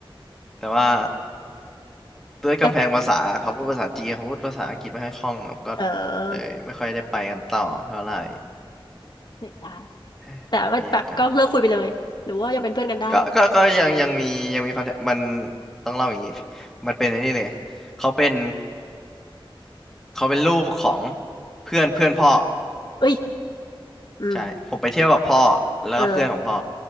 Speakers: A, in the centre; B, on the left.
A: แต่ว่า ด้วยกำแพงภาษาเขาพูดภาษาจีนเขาพูดภาษาอังกฤษไม่ค่อยคล่องครับก็
B: ก็เออ
A: เลยไม่ค่อยได้ไปกันต่อเท่าไหร่
B: เด็ดจา
A: เฮ้ยแย่จัง
B: แต่ก็แบบก็เลิกคุยไปเลย หรือว่ายังเป็นเพื่อนกันได้
A: ก็ก็ก็ยังยังมียังมีคอนแทคมันต้องเล่าอย่างนี้มันเป็นไอ้นี่เลยเขาเป็นเขาเป็นลูกของเพื่อนเพื่อนพ่อ
B: เอ้ยอืม
A: ใช่ผมไปเที่ยวกับพ่อแล้วก็เพื่อนของพ่อ
B: เออ